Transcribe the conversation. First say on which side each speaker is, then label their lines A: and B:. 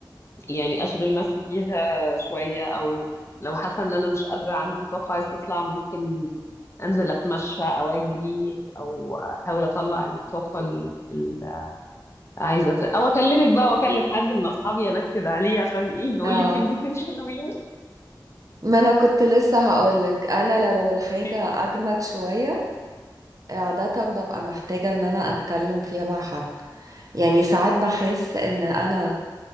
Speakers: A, on the left; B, on the right.
A: يعني أشغل نفسي فيها شوية أو لو حاسة إن أنا مش قادرة عندي طاقة عايزة تطلع ممكن أنزل أتمشى أو أجري أو أحاول أطلع الطاقة اللي عايزة ت- أو أكلمك بقى وأكلم حد من أصحابي أنكد عليه عشان إيه يقول
B: اه
A: لي كلمتين حلوين
B: ما انا كنت لسه هقولك انا لو الحاجه
A: <laughs>
B: اجمد شويه عاده ببقى محتاجه ان انا اتكلم فيها مع حد يعني ساعات بحس ان انا